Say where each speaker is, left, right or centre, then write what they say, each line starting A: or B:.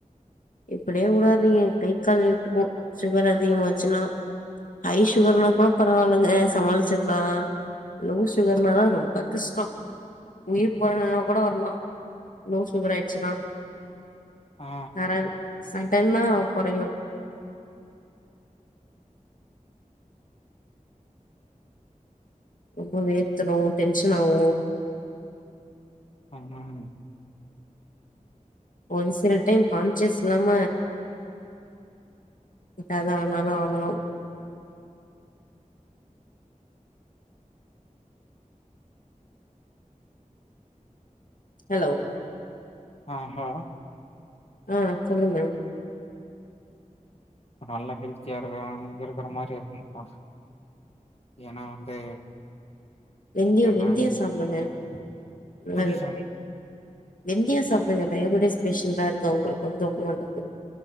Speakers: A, on the left; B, on the left.
A: இப்டே உடாதீங்க கை கால் இழுத்துக்கு சுகர் அதிகமாச்சுன்னா ஹை சுகர்னா கூட பரவாயில்லங்க சமாளிச்சிட்லா லோ சுகர்னாதா ரொம்ப கஷ்டோ உயிர் போறா நெலமகூட வர்லா லோ சுகர் ஆயிடுச்சுன்னா
B: ஆ
A: சரண் சடன்னா கொறயு ரொம்ப வேத்துரு டென்ஷன் ஆவு
B: ஆமாம்
A: ஒரு சில டைம் கான்சியஸ் இல்லாம எதா ஆனாலு ஆகலாம் ஹலோ
B: ஆ கோ
A: ஆ சொல்லுங்கள்
B: நல்லா ஹெல்த்தியா இருக்க இங்க இருக்கிற மாரி இருக்கனு <unintelligible> ஏன்னா வந்து
A: வெந்தயோ வெந்தயோ
B: நான்
A: சாப்டுங்க நல்லது
B: புரில
A: வெந்தயோ சாப்டுங்க டயாபெட்டிஸ் பேஷண்டா இருக்க உங்களுக்கு வந்து ரொம்ப நல்லது